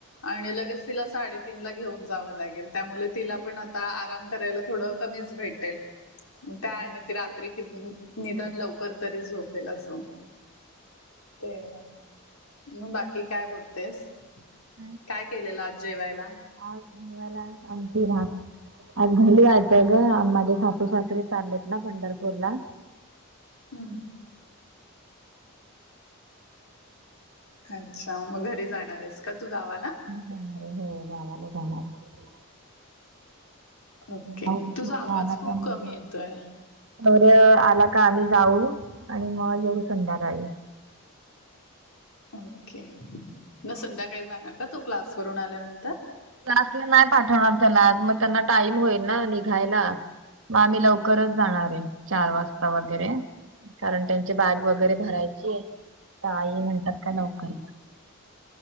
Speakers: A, on the left; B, on the right.
A: आणि लगेच तिला साडेतीन ला घेऊन जावं लागेल. त्यामुळे तिला पण आता आराम करायला- थोडं कमीच भेटेल. त्या आणि ती रात्री कि- निदान लवकर तरी झोपेल. अस. ते- मग बाकी काय बोलतेस?
B: <unintelligible>
A: काय केलेलं आज जेवायला?
B: आज बनवलाय आमटी भात. आज घरी जायचंय ग माझे सासू सासरी चाललेत ना पंढरपूर ला
A: हम्म अच्छा मग घरी जाणार आहेस का तू गावाला
B: जाणारे हो गावाला जाणार
A: ओके.
B: हो
A: तुझा
B: शौर्य
A: आवाज
B: आला
A: खूप
B: का
A: कमी
B: म्हण
A: येतोय.
B: सौर्य आला का आम्ही जाऊ आणि मग येऊ संध्याकाळी
A: ओके ना संध्याकाळी जाणार का तो क्लासवररून आल्यानंतर
B: क्लासला नाही पाठवणार त्याला मग त्यांना टाईम होईल ना निघायला मग आम्ही लवकरच जाणार आहे चार वाजता वगैरे कारण त्यांची बॅग वगैरे भरायची तर आई म्हणतात का लवकरी